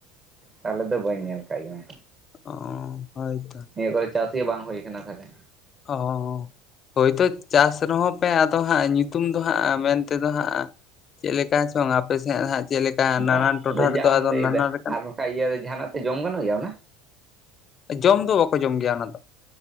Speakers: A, on the right; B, on the left.
A: ᱛᱟᱦᱚᱞᱮ ᱫᱚ ᱵᱟᱹᱧ ᱧᱮᱞ ᱠᱟᱜ ᱜᱮᱭᱟ᱾
B: ᱚ ᱦᱚᱭᱛᱚ <unintelligible>
A: ᱱᱤᱭᱟᱹ ᱠᱚᱨᱮ ᱪᱟᱥ ᱜᱮ ᱵᱟᱝ ᱦᱩᱭ ᱟᱠᱟᱱᱟ ᱛᱟᱦᱚᱞᱮ᱾
B: ᱚ ᱦᱳᱭᱛᱳ ᱪᱟᱥ ᱨᱮᱦᱚᱸ ᱯᱮ ᱟᱫᱚ ᱦᱟᱸᱜ ᱧᱩᱛᱩᱢ ᱫᱚ ᱦᱟᱸᱜ ᱢᱮᱱᱛᱮᱫᱚ ᱦᱟᱸᱜ ᱪᱮᱫ ᱞᱮᱠᱟ ᱪᱚᱝ ᱟᱯᱮᱥᱮᱫ ᱦᱟᱸᱜ ᱪᱮᱫ ᱞᱮᱠᱟ
A: ᱵᱟᱝ
B: ᱱᱟᱱᱟᱱ ᱴᱚᱴᱷᱟ
A: ᱟᱫᱚ
B: ᱨᱮᱫᱚ
A: ᱡᱟᱢ ᱞᱟᱹᱭᱫᱟ
B: ᱱᱟᱱᱟ ᱞᱮᱠᱟᱱ
A: ᱟᱨ ᱱᱚᱝᱠᱟ ᱤᱭᱟᱹ ᱡᱟᱦᱟᱸᱱᱟᱜ ᱛᱮ ᱡᱚᱢ ᱜᱟᱱᱚᱜ ᱜᱮᱭᱟ ᱚᱱᱟ᱾
B: ᱡᱚᱢ ᱫᱚ ᱵᱟᱠᱚ ᱡᱚᱢ ᱜᱮᱭᱟ ᱚᱱᱟ ᱫᱚ᱾